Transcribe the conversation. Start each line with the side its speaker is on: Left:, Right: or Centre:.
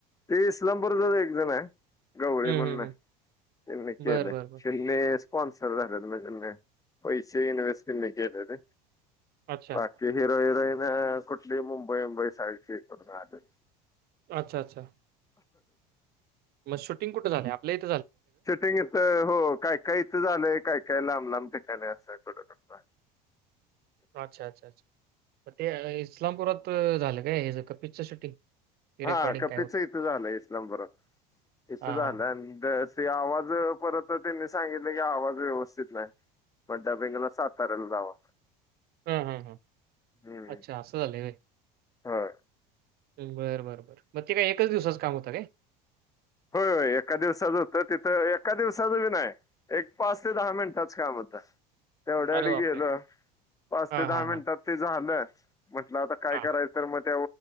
Left: ते इस्लामपूर जवळ एकजण आहे गवळी
Right: हं,
Left: म्हणून
Right: हं,
Left: आहे
Right: हं.
Left: त्यांनी केलाय.
Right: बरं, बरं, बरं.
Left: त्यांनी स्पॉन्सर झाले म्हणजे, पैसे इन्व्हेस्ट त्यांनी केलेले
Right: अच्छा.
Left: बाकी हिरो हिरोईन कुठली मुंबई मुंबई साईडची करून आले
Right: अच्छा अच्छा. मग शूटिंग कुठे झालं आपल्या इथं?
Left: शूटिंग इथ हो काय काय इथं झालंय काय काय लांब लांब ठिकाणी अस <unintelligible>
Right: अच्छा अच्छा अच्छा ते अं इस्लामपुरात झालं काय हे सगळं पिक्चरच शूटिंग ते
Left: हा
Right: रेकॉर्डिंग
Left: कपीच
Right: काय होतं?
Left: इथं झालंय इस्लामपुरात इथं
Right: हां, हां,
Left: झालं
Right: हां.
Left: अन ते आवाज परत म त्यांनी सांगितलं की आवाज व्यवस्थित नाही मग डबिंगला साताऱ्याला जावा
Right: हम्म हम्म हम्म
Left: हम्म
Right: अच्छा असं झाले व्हय
Left: होय
Right: बरं बरं बरं मग ते काय एकच दिवसाच काम होतं काय?
Left: होय होय एका दिवसाच होतं तिथं एका दिवसाच बी नाय एक पाच ते दहा मिनिटाच काम होत तेवढ्यासाठी
Right: अरे बापरे!
Left: गेलो पाच
Right: हां,
Left: ते
Right: हां,
Left: दहा
Right: हां.
Left: मिनिटात ते झालंय म्हंटलं आता काय
Right: हां.
Left: करायचं मग त्या